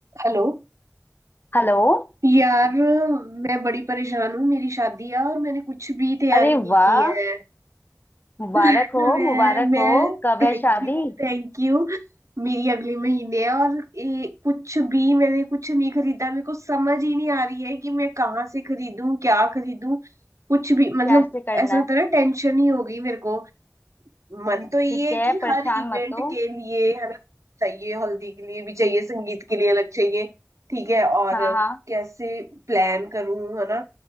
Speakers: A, on the right; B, on the left.
A: Hello
B: हेलो
A: यार मैं बड़ी परेशान हूँ मेरी शादी है और मैंने कुछ भी तैयारी
B: अरे
A: नहीं
B: वाह
A: की है
B: मुबारक
A: <laughs> मैं
B: हो मुबारक
A: मैं
B: हो कब
A: थैंक
B: है शादी
A: यू Thank you मेरी अगले महीने है और ए, कुछ भी मैंने कुछ नहीं खरीदा मेरे को समझ ही नहीं आ रही है कि मैं कहाँ से खरीदूं क्या खरीदूं कुछ भी मतलब
B: कैसे करना
A: ऐसा होता
B: है
A: है ना टेंशन ही हो गई मेरे को मन तो ये
B: ठीक
A: है
B: है
A: कि
B: परेशान
A: हर इवेंट
B: मत हो
A: के लिए है ना चाहिए हल्दी के लिए भी चाहिए संगीत के लिए अलग चाहिए ठीक है और
B: हाँ हाँ
A: कैसे प्लान करूं है ना